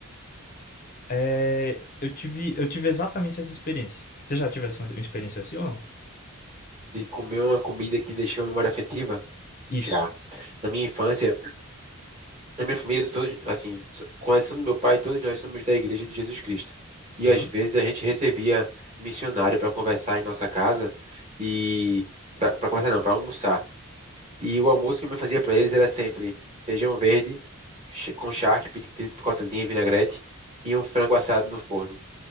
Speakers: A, on the left; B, on the right.
A: É, eu tive eu tive exatamente essa experiência. Você já tivesse uma experiência assim ou não?
B: de comer uma comida que deixou a memória afetiva.
A: Isso.
B: Já. Na minha infância, na minha família, todos, assim, so- começando meu pai, todos nós somos da Igreja de Jesus Cristo. E
A: Aham.
B: às vezes a gente recebia missionário para conversar em nossa casa e para conversar não, para almoçar. E o almoço que eu me fazia para eles era sempre feijão verde ch- com charque, pi- pi- picotadinha e vinagrete e um frango assado no forno.